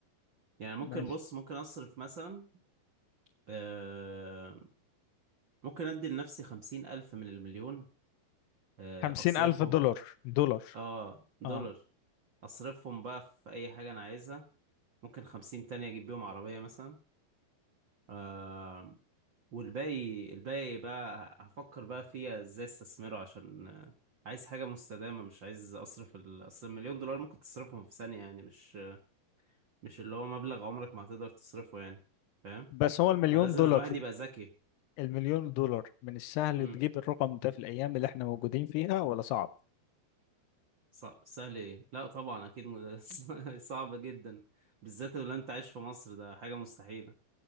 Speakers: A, on the right; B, on the left.
A: يعني ممكن
B: ماشي
A: بص ممكن أصرف مثلا آه ممكن أدي لنفسي خمسين ألف من المليون آه
B: خمسين
A: أصرفهم
B: ألف دولار دولار
A: اه دولار
B: اه
A: أصرفهم بقى في أي حاجة أنا عايزها ممكن خمسين تانية أجيب بيهم عربية مثلا آه، والباقي الباقي بقى هفكر بقى فيها ازاي استثمره عشان آه، عايز حاجة مستدامة مش عايز اصرف ال... اصل المليون دولار ممكن تصرفهم في ثانية يعني مش مش اللي هو مبلغ عمرك ما هتقدر تصرفه يعني فاهم
B: بس هو المليون
A: فلازم
B: دولار
A: الواحد يبقى ذكي
B: المليون دولار من السهل
A: امم
B: تجيب الرقم ده في الأيام اللي احنا موجودين فيها ولا صعب؟
A: ص... سهل ايه لا طبعا اكيد م... <laughs> صعب جدا بالذات لو انت عايش في مصر ده حاجة مستحيلة